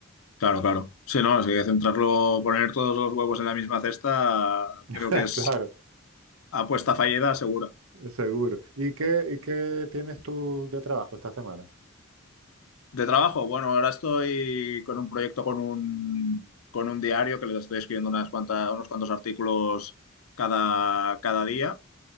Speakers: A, on the left; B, on the right.
A: Claro, claro. Sí, no, si centrarlo, poner todos los huevos en la misma cesta,
B: <laughs>
A: creo que es
B: Claro.
A: apuesta fallida segura.
B: Seguro. ¿Y qué, y qué tienes tú de trabajo esta semana?
A: De trabajo, bueno, ahora estoy con un proyecto con un, con un diario que les estoy escribiendo unas cuantas, unos cuantos artículos cada, cada día.